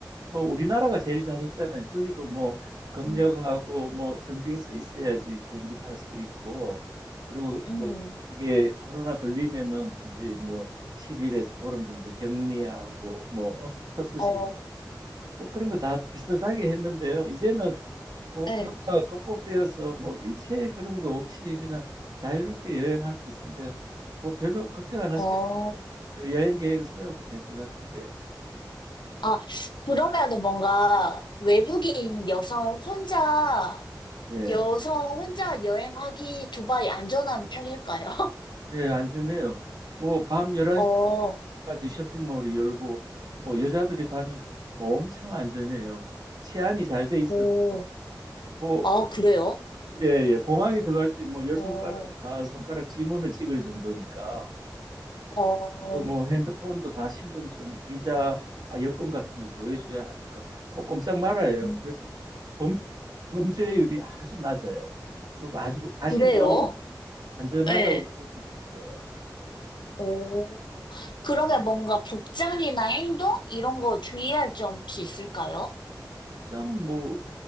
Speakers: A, on the right (about 60°); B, on the left (about 85°).
A: 뭐 우리나라가 제일 잘했잖아요. 거기도 뭐 검역하고
B: 음.
A: 뭐 정빙서 있어야지 비행기 탈 수 있고 그리고 뭐
B: 음,
A: 그게 코로나 걸리면은 이제 뭐 10일에서 보름 정도 격리하고 뭐 어, 특수시설
B: 어,
A: 뭐 그런 거 다 비슷하게 했는데요. 이제는 뭐
B: 네,
A: 코로나가 극복되어서 뭐 일체 그런 거 없이 그냥 자유롭게 여행할 수 있으니까 뭐 별로 걱정 안 하시고
B: 어.
A: 여행 계획을 세워도 될 것 같은데.
B: 아, 그러면은 뭔가 외국인 여성 혼자,
A: 예.
B: 여성 혼자 여행하기 두바이 안전한 편일까요? <laughs>
A: 네, 안전해요. 뭐, 밤 11시까지
B: 어, 어,
A: 쇼핑몰이 열고, 뭐, 여자들이 다녀도 엄청 안전해요. 치안이 잘 돼 있어서,
B: 오.
A: 뭐,
B: 아, 그래요?
A: 예, 예, 공항에 들어갈 때 뭐, 열 손가락
B: 어.
A: 다 손가락 지문을 찍을 정도니까,
B: 어,
A: 뭐, 뭐 핸드폰도 다 신분증, 비자, 아, 여권 같은 거 보여줘야 하니까, 뭐, 꼼짝 말아요.
B: 음,
A: 그래서 범, 범죄율이 아주 낮아요. 그리고 아주 가시면
B: 그래요?
A: 안전하다고
B: 네
A: 느끼실 거예요.
B: 오, 그러면 뭔가 복장이나 행동? 이런 거 주의할 점 혹시 있을까요?
A: 백점은 뭐,